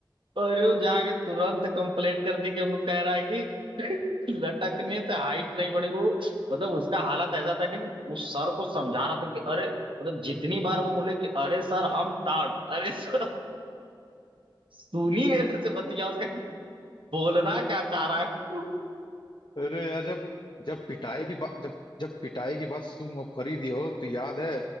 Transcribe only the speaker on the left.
अरे यार जब जब पिटाई की बात जब जब पिटाई की बात तुम अब कर ही दिए हो तो याद है